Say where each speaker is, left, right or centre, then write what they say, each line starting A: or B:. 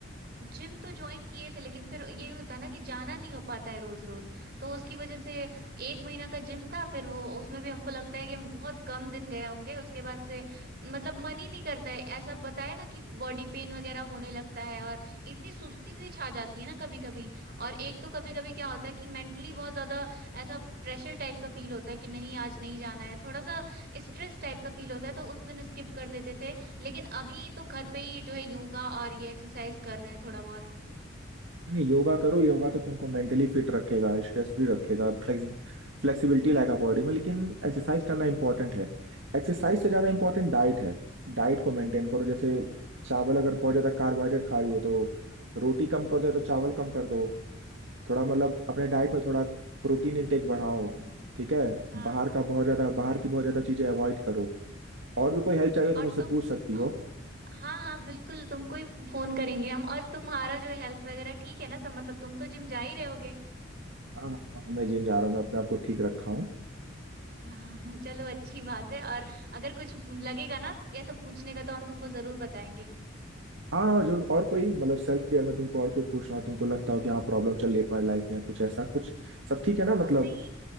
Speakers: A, on the right; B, on the right.
A: जिम तो ज्वाइन किए थे लेकिन फिर ये होता ना कि जाना नहीं हो पाता है रोज रोज तो उसकी वजह से एक महीना का जिम था फिर वो उसमें भी हमको लगता है कि हम बहुत कम दिन गए होंगे उसके बाद से मतलब मन ही नहीं करता है ऐसा बताया ना कि बॉडी पेन वगैरह होने लगता है और इतनी सुस्ती सी छा जाती है ना कभी कभी और एक तो कभी कभी क्या होता है कि मेंटली बहुत ज्यादा ऐसा प्रेशर टाइप का फील होता है कि नहीं आज नहीं जाना है थोड़ा सा स्ट्रेस टाइप का फील होता है तो उस दिन स्किप कर देते थे लेकिन अभी तो घर पे ही जो है योगा और ये एक्सरसाइज कर रहे हैं थोड़ा बहुत
B: नहीं योगा करो योगा तो तुमको मेंटली फिट रखेगा स्ट्रेस फ्री रखेगा फ्लेक्स फ्लेक्सिबिलिटी लाएगा बॉडी में लेकिन एक्सरसाइज करना इंपॉर्टेंट है एक्सरसाइज से ज़्यादा इंपॉर्टेंट डाइट है डाइट को मेंटेन करो जैसे चावल अगर बहुत ज़्यादा कार्बोहाइड्रेट खा रही हो तो रोटी कम कर दो या तो चावल कम कर दो थोड़ा मतलब अपने डाइट में थोड़ा प्रोटीन इंटेक बढ़ाओ
A: हम्म हम्म
B: ठीक है
A: हाँ
B: बाहर का बहुत ज़्यादा
A: हम्म
B: बाहर की बहुत ज़्यादा चीज़ें अवॉइड करो और भी कोई हेल्प
A: हम्म।
B: चाहिए तो
A: और
B: मुझसे
A: तुम
B: पूछ सकती
A: अ,
B: हो
A: हाँ हाँ बिल्कुल तुमको ही फोन करेंगे हम और तुम्हारा जो हेल्थ वगैरह ठीक है ना सब मतलब तुम तो जिम जा ही रहोगे
B: हाँ हाँ हाँ मैं जिम जा रहा हूँ मैं अपने आप को ठीक रखा हूँ
A: हाँ <laughs> चलो
B: हम्म।
A: अच्छी बात है और अगर कुछ लगेगा ना कैसा पूछने का तो हम तुमको जरूर बताएंगे
B: हाँ और जो और कोई मतलब सेल्फ केयर में तुमको और कुछ पूछना हो तुमको लगता हो कि हाँ प्रॉब्लम चल रही है तुम्हारी लाइफ में या कुछ ऐसा कुछ सब ठीक है ना
A: और
B: मतलब
A: नहीं